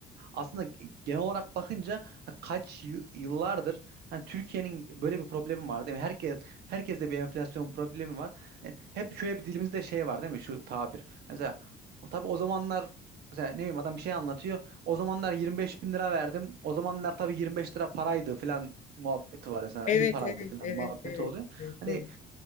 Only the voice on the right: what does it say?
aslında genel olarak bakınca e, kaç yı- yıllardır hani Türkiye'nin böyle bir problemi var değil mi? Herkes herkeste bir enflasyon problemi var. E, Hep şöyle bir dilimizde şey var değil mi? Şu tabir. Mesela o tabii o zamanlar mesela ne bileyim adam bir şey anlatıyor. O zamanlar 25 bin lira verdim. O zamanlar tabii 25 lira paraydı falan muhabbeti var mesela.
iyi paraydı
falan
muhabbeti
oluyor. Hani